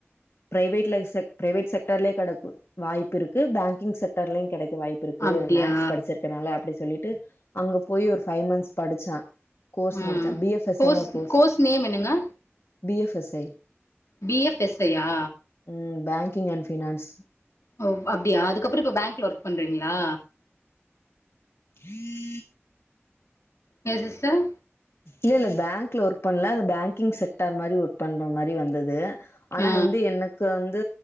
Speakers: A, on the left; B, on the left.
A: ப்ரைவேட்ல செக் ப்ரைவேட் செக்டார்லையு கெடக்கு வாய்ப்புருக்கு பேங்கிங் செக்டார்லயு கெடைக்க வாய் ப்பிருக்கு
B: அப்டியா
A: மேக்ஸ் படிச்சிருக்கனால அப்டி சொல்லிட்டு அங்க போய் ஒரு ஃபைவ் மந்த்ஸ் படிச்ச கோர்ஸ்
B: ம்
A: முடிச்சே பி எஃப் எஸ்
B: கோர்ஸ்
A: ஐன்னு ஒரு கோர்ஸு
B: கோர்ஸ் நேம் என்னங்க
A: B F S I
B: B F S I யா
A: ம் பேங்கிங் அண்ட் ஃபினான்ஸ்
B: ஓ அப்டியா அதுக்கப்பறோ இப்போ பேங்க்ல ஒர்க் பண்றீங்களா
A: உஹம்
B: ஏ சிஸ்டர்
A: இல்ல இல்ல பேங்க்ல ஒர்க் பண்ணல அந்த பேங்கிங் செக்டார் மாரி ஒர்க் பண்ற மாரி வந்தது ஆனா
B: ஆ
A: வந்து எனக்கு வந்து